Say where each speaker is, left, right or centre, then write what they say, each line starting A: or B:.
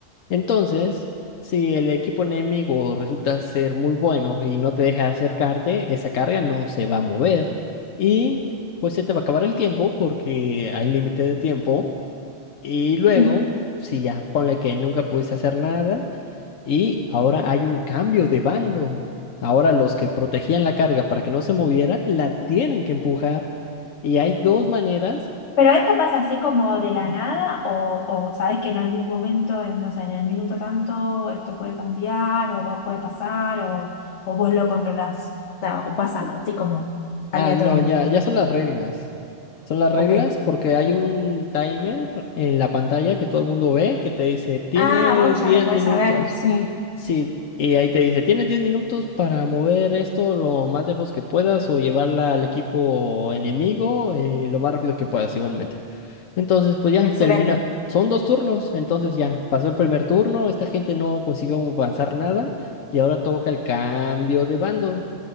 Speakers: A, on the left (about 85°); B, on the left (about 65°).
A: Entonces, si el equipo enemigo resulta ser muy bueno y no te deja acercarte, esa carga no se va a mover y pues se te va a acabar el tiempo porque hay límite de tiempo y luego,
B: Sí.
A: si ya ponle que nunca pudiste hacer nada y ahora hay un cambio de bando. Ahora los que protegían la carga para que no se moviera, la tienen que empujar. Y hay dos maneras
B: Pero esto pasa así como de la nada, o, o sabes que en algún momento, en, no sé, en el minuto tanto, esto puede cambiar, o vos- puede pasar, o, o vos lo controlás. O sea, o pasa así como aleatorio.
A: Ah, no, ya, ya son las reglas. Son las reglas
B: Ok.
A: porque hay un timer en la pantalla que todo el mundo ve que te dice, tienes
B: Ah, vos ya
A: 10
B: lo podés
A: minutos.
B: saber, sí.
A: Sí, y ahí te dice, tienes 10 minutos para mover esto lo más lejos que puedas o llevarla al equipo enemigo eh, lo más rápido que puedas igualmente. Entonces, pues ya
B: Excelente.
A: termina. Son dos turnos, entonces ya pasó el primer turno, esta gente no consiguió avanzar nada y ahora toca el cambio de bando.